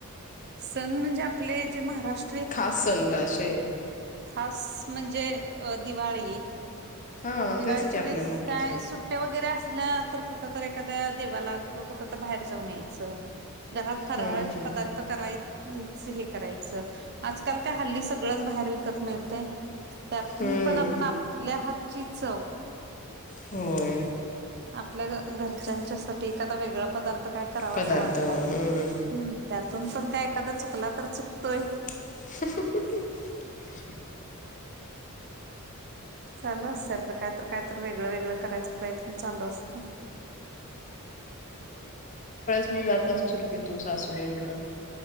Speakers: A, on the right; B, on the left.
A: सण म्हणजे आपले जे महाराष्
B: खास सण ग अशे
A: खास म्हणजे अ दिवाळी
B: हा
A: दिवाळीच्या
B: तेच की आपले
A: वेळेस
B: मोठे
A: काय
B: सण
A: सुट्ट्या वगैरे असला तर कुठ तर एखाद्या देवाला किंवा कुठं तर बाहेर जाऊन याय चला घरात फराळाचे
B: हम्म
A: पदार्थ कराय अ हे करायचं आजकाल काय हल्ली सगळंच बाहेर विकत मिळतय. त्यातून
B: हम्म
A: पण आपण आपल्या हात ची चव
B: होय
A: आपल्या घ घरच्यांच्या साठी एखादा वेगळा पदार् काय करावा
B: पदार्थ
A: हा वाटला
B: हम्म
A: हूं त्यात तून पण काय एखादा चुकला तर चुकतोय.
B: <unintelligible>
A: चालू असतय आपलं काय तर काय तर वेगळं वेगळं करायच प्रयत्न चालू असतोय.
B: तू जात अशील की तू सासूबाईंकडं